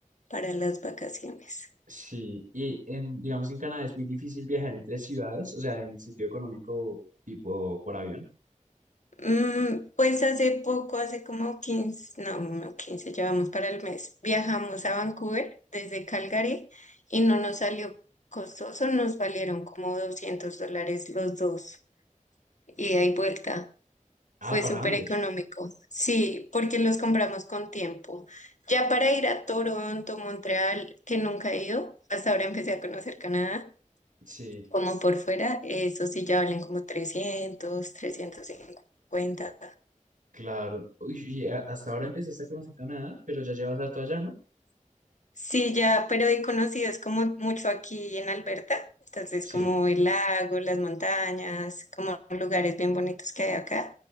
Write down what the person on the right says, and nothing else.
Sí, y en, digamos, en Canadá es muy difícil viajar entre ciudades, o sea, en el sentido económico, tipo por avión.
Ah,
para
ambos.
Sí.
Claro. Uy, y a- hasta ahora empezaste a conocer Canadá, pero ya llevas harto allá, ¿no?
Sí,